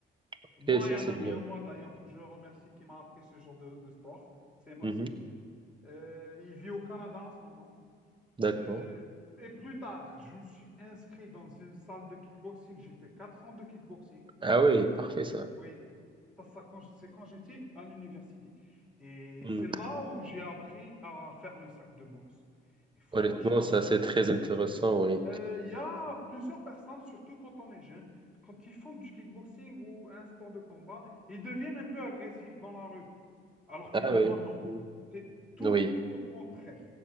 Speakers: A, on the right; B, in the centre.
A: OK,
B: Moi
A: ça,
B: et un
A: c'est
B: ami
A: bien.
B: à moi d'ailleurs que je remercie qui m'a appris ce genre de, de sport, c'est Mohsin.
A: Mhm.
B: Euh, il vit au Canada en ce moment.
A: D'accord.
B: Euh, et plus tard, je me suis inscrit dans une salle de kickboxing. J'ai fait 4 ans de kickboxing.
A: Ah oui, parfait,
B: Ça,
A: ça.
B: c'est- oui, ça, ça, quand je- c'est quand j'étais à l'université. Et
A: Hmm.
B: c'est là où j'ai appris à faire le sac de boxe. Et franchement,
A: Honnêtement, ça, c'est très intéressant, oui.
B: euh, il y a plusieurs personnes, surtout quand on est jeune, quand ils font du kickboxing ou un sport de combat, ils deviennent un peu agressifs dans la rue. Alors
A: Ah
B: que moi,
A: oui.
B: non.
A: Hmm.
B: C'est tout
A: Oui.
B: au contraire.